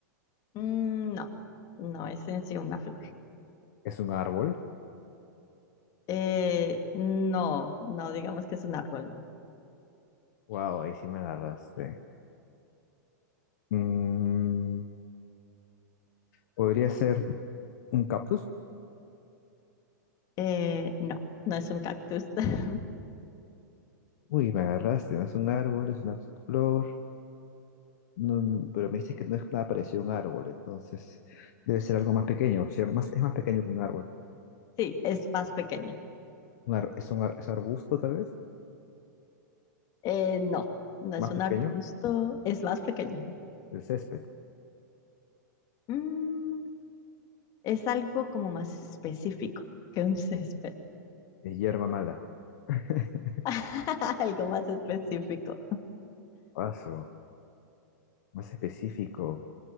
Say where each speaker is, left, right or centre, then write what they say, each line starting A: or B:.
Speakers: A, on the left; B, on the left.
A: Mm, no, no es en sí una flor.
B: ¿Es un árbol?
A: Eh, no, no digamos que es un árbol, no.
B: Wow, ahí sí me agarraste. Mm, ¿podría ser un cactus?
A: Eh, no, no es un cactus. <laughs>
B: Uy, me agarraste. No es un árbol, es una flor. no- pero me dices que no es nada parecido a un árbol, entonces debe ser algo más pequeño, ¿cierto? Más, es más pequeño que un árbol.
A: Sí, es más pequeño.
B: Un ar- es un ar- es arbusto, tal vez,
A: Eh, no, no
B: más
A: es un
B: pequeño.
A: arbusto, es más pequeño.
B: El césped
A: Mm, es algo como más específico que un césped.
B: es hierba mala. <laughs>
A: <laughs> Algo más específico.
B: Paso, más específico.